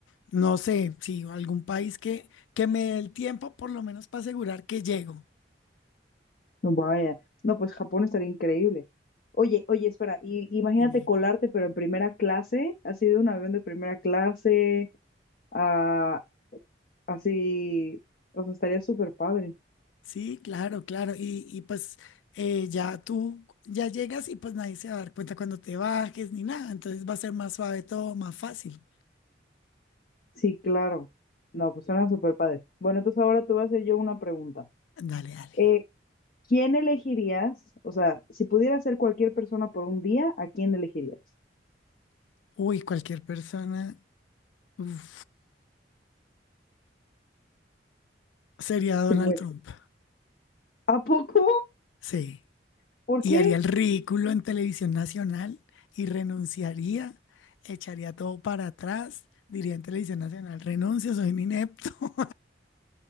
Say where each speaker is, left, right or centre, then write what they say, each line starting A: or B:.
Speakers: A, on the left; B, on the left.
A: no sé, sí, algún país que, que me dé el tiempo por lo menos para asegurar que llego.
B: No, Vaya. No, pues Japón estaría increíble. Oye, oye, espera, y, imagínate
A: Dime, dime.
B: colarte, pero en primera clase, así de un avión de primera clase, ah, así, o sea, estaría súper padre.
A: Sí, claro, claro. Y, y pues eh, ya tú ya llegas y pues nadie se va a dar cuenta cuando te bajes ni nada. Entonces va a ser más suave todo, más fácil.
B: Sí, claro. No, pues suena súper padre. Bueno, entonces ahora te voy a hacer yo una pregunta.
A: Dale, dale.
B: Eh, ¿Quién elegirías? O sea, si pudieras ser cualquier persona por un día, ¿a quién elegirías?
A: Uy, cualquier persona. uf, sería Donald
B: Sin ver-
A: Trump.
B: ¿A poco?
A: Sí.
B: ¿Por
A: Y
B: qué?
A: haría el ridículo en televisión nacional y renunciaría, echaría todo para atrás, diría en televisión nacional, renuncio, soy un inepto. <laughs>